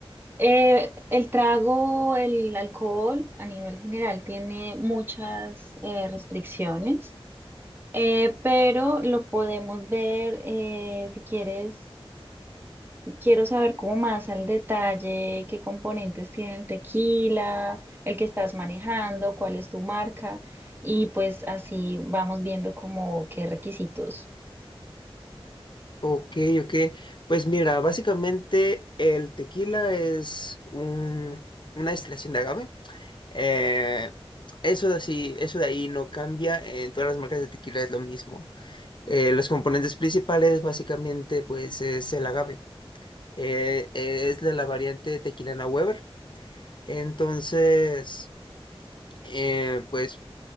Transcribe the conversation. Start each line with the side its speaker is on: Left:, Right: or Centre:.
Right: eh, el trago, el alcohol a nivel general tiene muchas eh, restricciones, eh, pero lo podemos ver eh, si quieres Quiero saber como más al detalle qué componentes tiene el tequila, el que estás manejando, cuál es tu marca y pues así vamos viendo como qué requisitos.
Left: Ok, ok. Pues mira, básicamente el tequila es un, una destilación de agave. Eh, eso de así, eso de ahí no cambia, en todas las marcas de tequila es lo mismo. Eh, los componentes principales básicamente pues es el agave. Eh, eh, es de la variante Tequilana Weber. Entonces, eh, pues